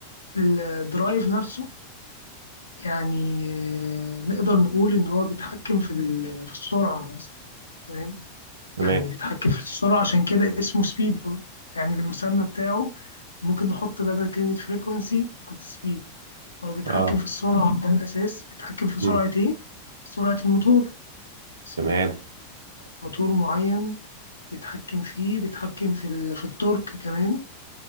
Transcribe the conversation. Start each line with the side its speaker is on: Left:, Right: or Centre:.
Left: الدرايف نفسه يعني آه، نقدر نقول إن هو بيتحكم في ال- في السرعة مثلا تمام
Right: تمام
Left: يعني بيتحكم في السرعة عشان كده اسمه سبيد يعني المسمى بتاعه ممكن نحط بدل كلمة فريكونسي نحط سبيد فهو بيتحكم
Right: اه
Left: في السرعة ده الأساس بيتحكم في سرعة
Right: امم
Left: إيه؟ سرعة الموتور مثلا
Right: تمام
Left: موتور معين بيتحكم فيه بيتحكم في ال- في التورك كمان